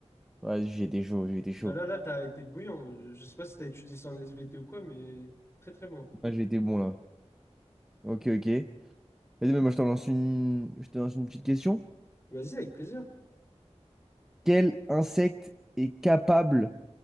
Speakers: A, in the centre; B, on the left.
A: Vas-y, j'ai été chaud, j'ai été chaud.
B: Là, là, là, t'as été bouillant. Je, je sais pas si t'as étudié ça en SVT ou quoi, mais très très bon.
A: Ah, j'ai été bon là. Ok, ok. Vas-y, mais moi je t'en lance une... je te lance une petite question.
B: Vas-y, avec plaisir.
A: Quel insecte est capable